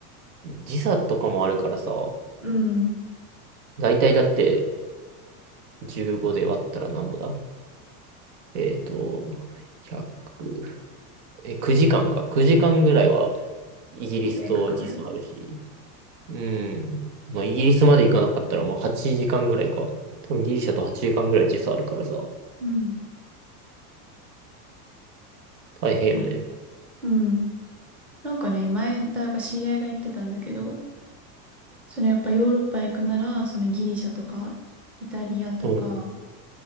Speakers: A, on the right (about 75°); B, in the centre.
A: 時差とかもあるからさ、
B: うん。
A: だいたいだって15で割ったらなんぼだえっと、100、え、9時間か。9時間ぐらいはイギリスと時差あるし、
B: 絶対かかる。
A: うん。まあ、イギリスまで行かなかったらもう8時間ぐらいか。多分ギリシャと8時間ぐらい時差あるからさ、
B: うん。
A: 大変よね。
B: うんうん。なんかね、前、だから知り合いが言ってたんだけど、そのやっぱヨーロッパ行くなら、そのギリシャとか、イタリアとか、
A: うん。